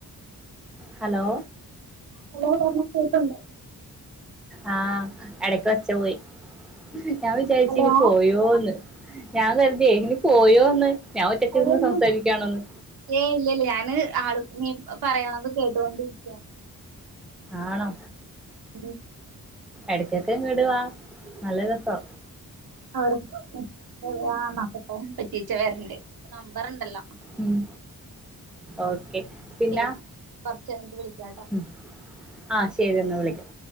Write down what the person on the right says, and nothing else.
ഹലോ പറഞൊ കേക്ക്ണ്ട്
ഹലോ
ഏയ് ഇല്ലല്ല
ഏയ് ഇല്ലല്ല ആണ് ആള് നീ പറയണത് കേട്ടൊണ്ടിരിക്ക്യാണ്
ഉം
അവടെ മ് ആഹ് നോക്കട്ടെ പറ്റിച്ചാ വരണ്ടേ എൻ്റെ നമ്പരൊണ്ടല്ലാ
ശരി കൊറച്ച് കഴിഞ്ഞിട്ട് വിളിക്കാട്ടോ